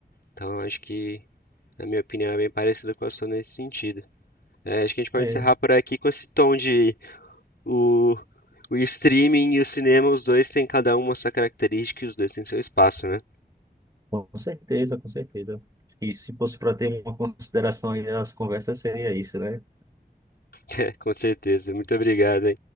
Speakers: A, on the left (about 75°); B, on the right (about 20°).
A: Então, acho que, na minha opinião, é bem parecida com a sua nesse sentido. É, acho que a gente pode
B: É,
A: encerrar por aqui com esse tom de o, o streaming e o cinema, os dois têm cada um a sua característica e os dois têm seu espaço, né?
B: com certeza, com certeza. E se fosse para ter uma consideração aí nas conversas, seria isso, né?
A: <laughs> com certeza. Muito obrigado,